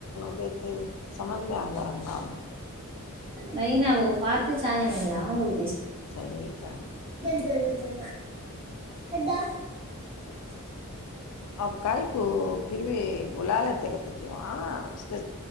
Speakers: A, on the left; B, on the right.
A: کہ تھ سمجھ میں آ ج گا کو
B: نہیںین کو پات چاہ نہیں ن
A: صحیح کیا
B: ج ھڈا
A: آپ کائی کو پھر بھی بلاال ت کتی کیواں اسد